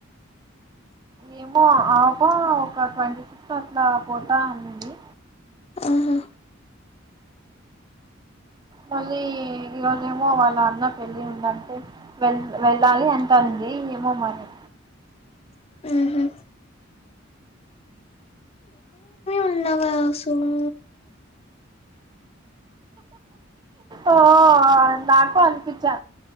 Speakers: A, on the right (about 20°); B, on the left (about 30°).
A: ఏమో ఆపా ఒక ట్వంటీ సిక్స్త్ అట్లా పోతా అనింది
B: ఉహు
A: మళ్ళీ ఈరోజేమో వాళ్ళ అన్న పెళ్ళి ఉందంటే వెళ్ వెళ్ళాలి అంటాంది ఏ ఏమో మరి
B: ఉహు ఉన్నాగా సాము
A: ఆ నాకు అనిపించా